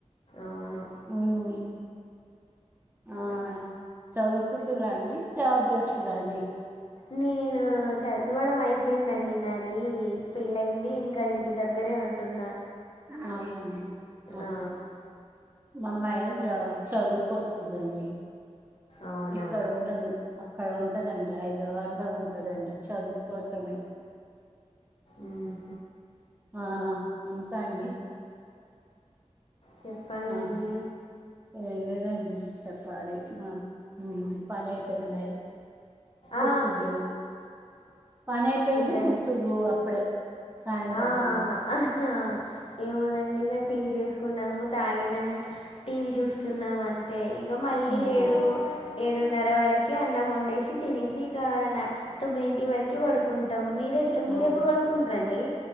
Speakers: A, on the left; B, on the right.
A: అవును
B: ఉమ్ ఆ చదువుకుంటురండి జాబ్ చేస్తురాండి
A: నేనా చదవడం అయిపోయిందండి నాది పెళ్లయింది ఇంకా ఇంటి దగ్గరే ఉంటున్నా
B: అవునాండి ఆహా
A: ఆ
B: మాఅమ్మాయ్య చ చదువు కుంటుంది అండి
A: అవునా
B: ఇక్కడ ఉండదు అక్కడ ఉంటదండి హైదరాబాద్ లో ఉంటదండి చదువుకోవటమే
A: ఉమ్,
B: ఆ ఇంకా అండి
A: చెప్పాలండి
B: ఆ ఏంలేదండి చెప్పాలి మా పని అయిపోయింది కుర్చుర్రు
A: ఆ
B: పని అయిపోయింది
A: ఏంటండి
B: కూర్చురు అప్పుడే సాయంత్రం
A: ఆ
B: పని
A: ఆహ ఏమోనండి ఇక టీ చేసు కున్నాము తాగినం టీవీ చూస్తున్నాం అంతే ఇక మళ్ళీ
B: ఉమ్,
A: ఏడు ఏడున్నర వరకు అన్నం వండేసి తినేసి ఇక తొమ్మిడి ఇంటి వరకు పడుకుంటాం మీరెట్లా మీరు
B: ఆ,
A: ఎప్పుడు పడుకుంట్రు అండి